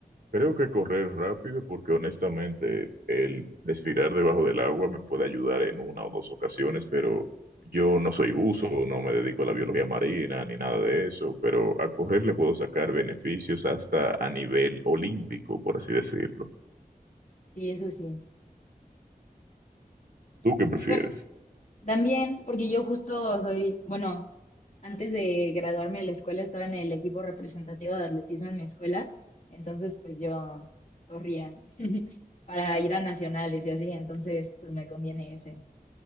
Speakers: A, on the right (about 70°); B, on the left (about 50°).
A: Creo que correr rápido porque honestamente el respirar debajo del agua me puede ayudar en una o dos ocasiones, pero yo no soy buzo, no me dedico a la biología marina ni nada de eso, pero a correr le puedo sacar beneficios hasta a nivel olímpico, por así decirlo.
B: Sí, eso sí.
A: ¿Tú qué prefieres?
B: Bueno. También, porque yo justo soy, bueno, antes de graduarme de la escuela estaba en el equipo representativo de atletismo en mi escuela, entonces pues yo corría <laughs> para ir a nacionales y así, entonces pues me conviene ese,